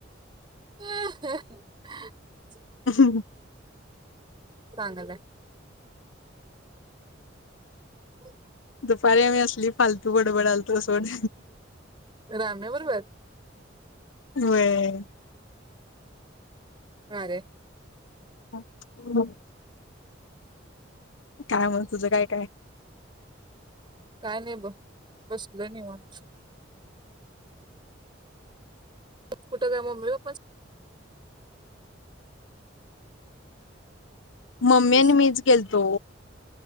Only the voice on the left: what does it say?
ह
दुपारी आम्ही असली फालतू बडबडालतो सोड
वह्य
ह हम् काय मग तुझं काय काय
मम्मी
आणि मीच गेलतो